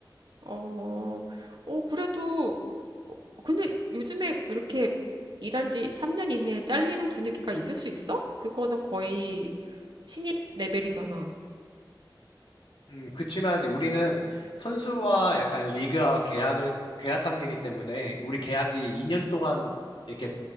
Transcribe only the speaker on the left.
음, 그치만 우리는 선수와 약간 리그와 계약을, 계약 관계이기 때문에 우리 계약이 2년 동안 이렇게